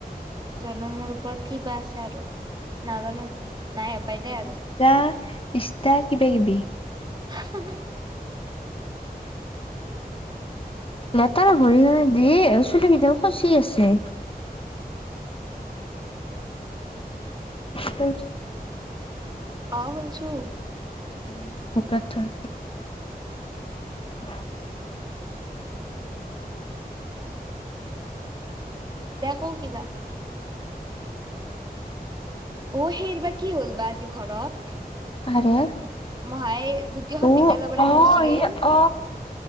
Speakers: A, on the right; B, on the left.
A: জনমৰ ওপৰত ক বা আছে আৰু নাজানো নাই হপাই দে আৰু
B: বিছটা বিছটা কিবা কিবি
A: উ
B: লেতেৰা ভৰি কাৰনে দিয় চুলি কেইটা খচি আছে কচ
A: আহ শনছো
B: উম শকাৰ থ অ
A: দে কৌ কিবা অ সেইৰ বা কি হ'ল বাা আজি ঘৰত
B: আৰে
A: মহাই দ্বিতীয়খন
B: অ
A: বিদ্য়ালয়ৰ পৰাজি
B: অ
A: গুচি গল
B: ই অ